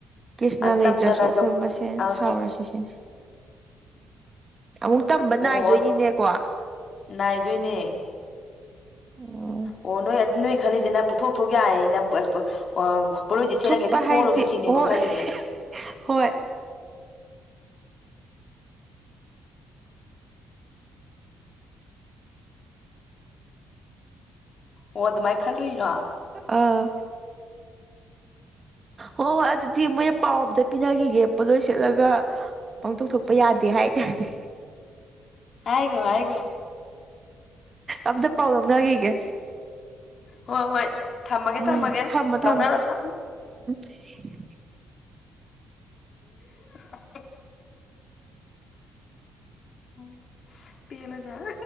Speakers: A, on the right (about 30°); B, on the left (about 55°).
A: ꯀ꯭ꯔꯤꯁꯅ
B: ꯑꯗꯨ
A: ꯂꯩꯇ꯭ꯔꯁꯨ
B: ꯇꯝꯗꯅ
A: ꯑꯩꯈꯣꯏ
B: ꯖꯧ
A: ꯃꯁꯦꯟ
B: ꯑꯥ
A: ꯁꯥꯎꯔ
B: ꯀꯤꯁ
A: ꯁꯤꯁꯦ ꯑꯃꯨꯛ ꯇꯝꯕ
B: ꯑꯣ
A: ꯅꯥꯏꯗꯣꯏꯅꯤꯅꯦꯀꯣ
B: ꯅꯥꯏꯗꯣꯏꯅꯦ
A: ꯑꯣ
B: ꯑꯣ ꯅꯣꯏ ꯅꯣꯏ ꯈꯜꯂꯤꯁꯤꯅ ꯄꯨꯊꯣꯛ ꯊꯣꯛꯣꯛ ꯌꯥꯏꯅ ꯑ ꯄꯨꯔꯣꯏꯁꯦ ꯁꯦꯠꯂꯒ
A: ꯊꯨꯞꯄ
B: ꯍꯦꯛꯇ ꯊꯣꯛꯎꯨꯁꯨꯦ
A: ꯍꯥꯏꯗꯤ
B: ꯁꯤꯅꯦꯕ
A: ꯍꯣꯏ
B: ꯈꯜꯂꯤꯁꯦ
A: ꯍꯣꯏ
B: ꯑꯣ ꯑꯗꯨꯃꯥꯏꯅ ꯈꯜꯂꯨꯏꯔꯥ
A: ꯑꯥ ꯍ ꯑꯗꯨꯗꯤ ꯃ ꯄꯥꯎꯗ ꯄꯤꯅꯈꯤꯒꯦ ꯄꯣꯠꯂꯣꯏ ꯁꯦꯠꯂꯒ ꯄꯥꯡꯊꯣꯛ ꯊꯣꯛꯄ ꯌꯥꯗꯦ ꯍꯥꯏꯇꯥꯔꯗꯤ
B: ꯍꯥꯏꯒꯣ ꯍꯥꯏꯒ꯭ꯔꯣ
A: ꯑꯝꯇ ꯄꯥꯎ ꯂꯧꯅꯒꯤꯒꯦ
B: ꯍꯣꯏ ꯍꯣꯏ ꯊꯝꯃꯒꯦ
A: ꯎꯝ
B: ꯊꯝꯃꯒꯦ
A: ꯊꯝꯃꯣ
B: ꯂꯧꯅꯔꯝꯃꯣ
A: ꯊꯝꯃꯣ <unintelligible>
B: <unintelligible> ꯎ ꯄꯤꯌꯦꯂꯖ <inaudible>